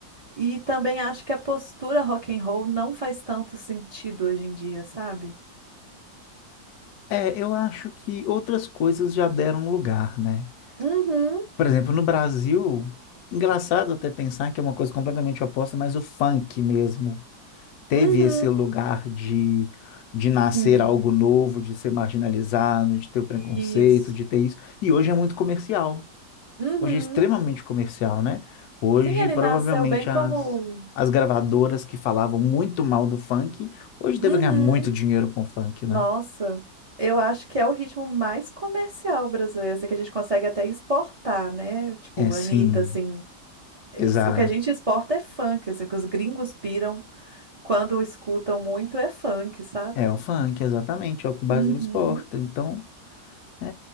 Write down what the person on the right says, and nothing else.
e também acho que a postura rock and roll não faz tanto sentido hoje em dia, sabe?
Uhum,
uhum,
sim.
Isso.
Uhum.
Sim, ele
nasceu bem como.
Uhum.
Nossa, eu acho que é o ritmo mais comercial brasileiro, assim, que a gente consegue até exportar, né? Tipo,
Anitta, assim. es-
O que a gente exporta é funk, assim, o que os gringos piram quando escutam muito é funk, sabe?
Uhum.